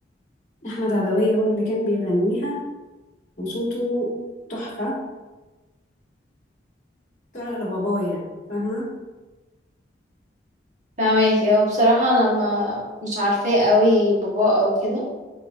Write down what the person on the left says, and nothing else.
احمد عدويه هو اللي كان بيغنيها وصوته تحفه طلع لباباه يعني فاهمه